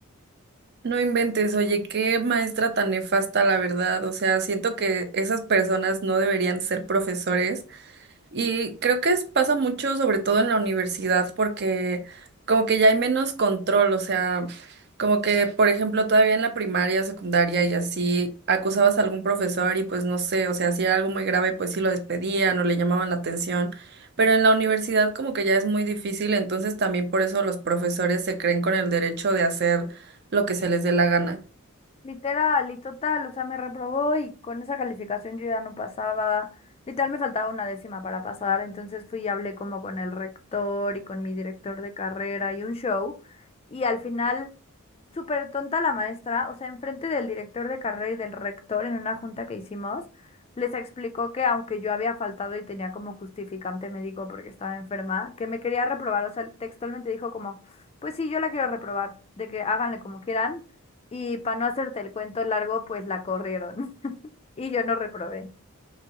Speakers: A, on the right; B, on the left.
A: No inventes, oye, qué maestra tan nefasta, la verdad. O sea, siento que esas personas no deberían ser profesores Y creo que es- pasa mucho, sobre todo en la universidad, porque como que ya hay menos control, o sea, como que, por ejemplo, todavía en la primaria, secundaria y así, acusabas a algún profesor y pues no sé, o sea, si era algo muy grave, pues sí lo despedían o le llamaban la atención, pero en la universidad como que ya es muy difícil, entonces también por eso los profesores se creen con el derecho de hacer lo que se les dé la gana.
B: Literal y total, o sea, me reprobó y con esa calificación yo ya no pasaba, literal me faltaba una décima para pasar, entonces fui y hablé como con el rector y con mi director de carrera y un show y al final, súper tonta la maestra, o sea, enfrente del director de carrera y del rector en una junta que hicimos, les explicó que aunque yo había faltado y tenía como justificante médico porque estaba enferma, que me quería reprobar, o sea, textualmente dijo como, pues sí, yo la quiero reprobar, de que háganle como quieran y para no hacerte el cuento largo, pues la corrieron. <laughs> Y yo no reprobé.